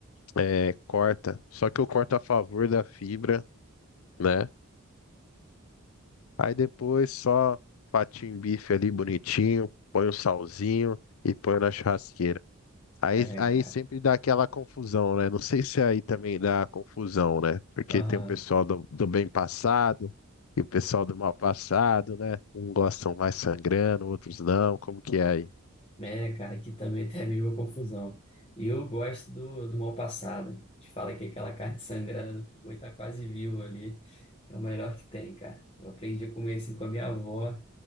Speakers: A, on the left (about 70°); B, on the left (about 25°).
A: é, corta. Só que eu corto a favor da fibra, né? Aí depois só fatinho bife ali bonitinho, põe o salzinho e põe na churrasqueira. Aí,
B: é,
A: aí
B: cara.
A: sempre dá aquela confusão, né? Não sei se aí também dá confusão, né? Porque
B: Aham.
A: tem o pessoal do, do bem passado e o pessoal do mal passado, né? Um gostam mais sangrando, outros não. Como que é aí?
B: É, cara, aqui também tem <laughs> a mesma confusão. E eu gosto do, do mal passado. Te fala que aquela carne <laughs> sangrando, o boi tá quase vivo ali. É o melhor que tem, cara. Eu aprendi a comer assim com a minha avó,